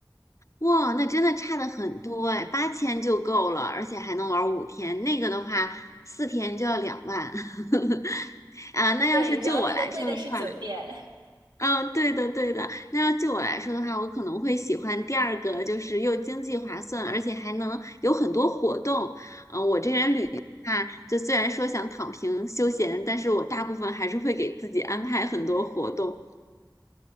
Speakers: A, on the left; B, on the right.
A: 哇，那真的差的很多哎，八千就够了，而且还能玩五天，那个的话四天就要两万。<laughs> 啊，那要是就我来说的话。
B: 对，主要那个贵的是酒店。
A: 嗯，对的，对的。那要就我来说的话，我可能会喜欢第二个，就是又经济划算，而且还能有很多活动。嗯，我这人旅游嘛，就虽然说想躺平休闲，但是我大部分还是会给自己安排很多活动。